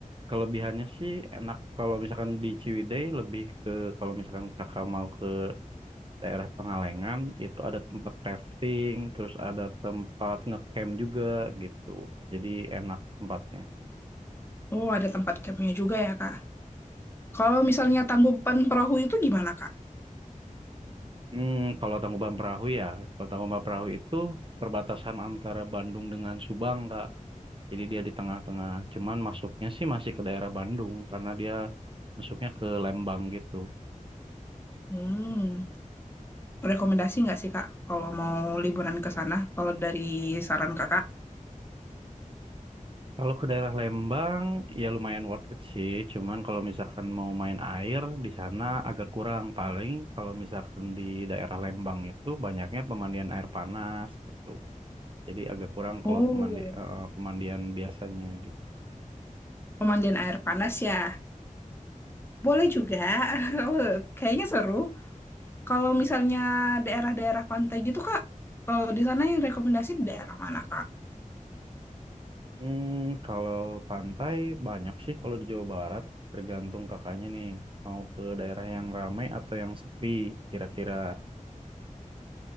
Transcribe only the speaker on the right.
Kelebihannya sih enak kalau misalkan di Ciwidey lebih ke kalau misalkan kakak mau ke daerah Pengalengan itu ada tempat rafting, terus ada tempat ngecamp juga gitu. Jadi enak tempatnya.
Hmm, kalau Tangkuban Perahu ya, kalau Tangkuban Perahu itu perbatasan antara Bandung dengan Subang, Kak. Jadi dia di tengah-tengah. Cuman masuknya sih masih ke daerah Bandung karena dia masuknya ke Lembang gitu.
Kalau ke daerah Lembang ya lumayan worth it sih. Cuman kalau misalkan mau main air di sana agak kurang. Paling kalau misalkan di daerah Lembang itu banyaknya pemandian air panas gitu. Jadi agak kurang kalau
pemandi eh, pemandian biasanya gitu.
Hmm, kalau pantai banyak sih kalau di Jawa Barat tergantung kakaknya nih mau ke daerah yang ramai atau yang sepi kira-kira.